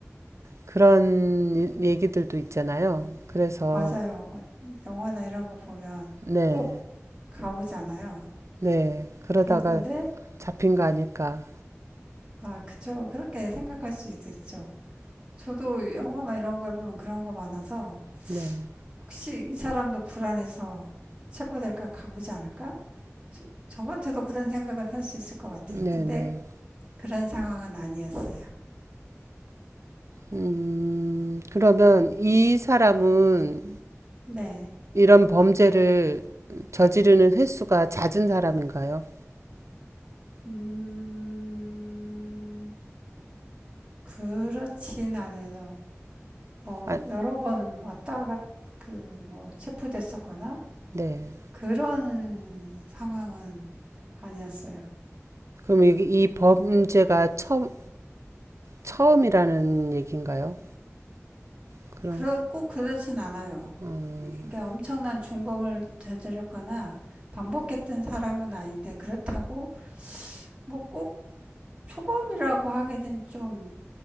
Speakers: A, on the right; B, on the right.
A: 그런 이- 얘기들도 있잖아요. 그래서,
B: 맞아요. 영화나 이런 거 보면
A: 네,
B: 꼭 가보잖아요.
A: 네. 그러다가
B: 그런데
A: 잡힌 거 아닐까.
B: 아, 그쵸. 그렇게 생각할 수도 있죠. 저도 영화나 이런 거에 보면 그런 거 많아서
A: 네,
B: 혹시 이 사람도 불안해서 체포될까 가보지 않을까? 저, 저 같아도 그런 생각은 할 수 있을 것 같아요.
A: 네,
B: 근데
A: 네.
B: 그런 상황은 아니었어요.
A: 음, 그러면 이 사람은
B: 네.
A: 이런 범죄를 저지르는 횟수가 잦은 사람인가요?
B: 음, 그렇진 않아서 뭐
A: 아,
B: 여러 번 왔다 갔, 그, 뭐 체포됐었거나
A: 네.
B: 그런 상황은 아니었어요.
A: 그럼 이, 이 범죄가 처, 처음이라는 얘기인가요? 그럼
B: 그러, 꼭 그렇진 않아요.
A: 음,
B: 그러니까 엄청난 중범을 저질렀거나 반복했던 사람은 아닌데 그렇다고 뭐 꼭 초범이라고 하기는 좀